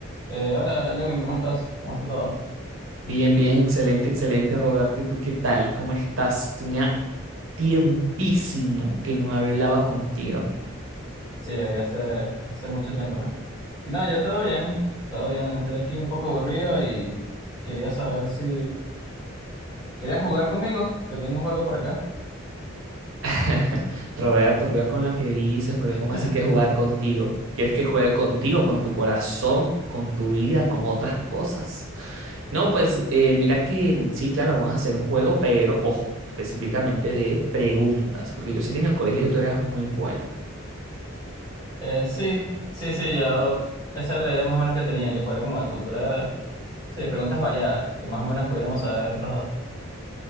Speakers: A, on the left (about 20°); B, on the right (about 75°).
A: Eh, hola, Lewin, ¿cómo estás? ¿Cómo está todo?
B: Bien, bien, excelente, excelente, Roberto. ¿Y tú qué tal? ¿Cómo estás? Tenía tiempísimo que no hablaba contigo.
A: Sí, había hace, hace mucho tiempo, ¿no? Y nada, ya todo bien, todo bien. Estoy aquí un poco aburrido y quería saber si... ¿Querías jugar conmigo? Que tengo un juego por acá.
B: <laughs> Roberto, cuidado con lo que dices, porque
A: <laughs>
B: ¿cómo así que jugar contigo? ¿Quieres que juegue contigo, con tu corazón, con tu vida, con otras cosas? No, pues eh, mira que mm, sí, claro, vamos a hacer un juego, pero ojo, específicamente de preguntas, porque yo sé que en el colegio tú eras muy bueno.
A: Eh, sí, sí, sí, ya. Esa era la idea más o menos que tenía, que fuera como de cultura... Sí, preguntas variadas, que más o menos pudiéramos saber los dos.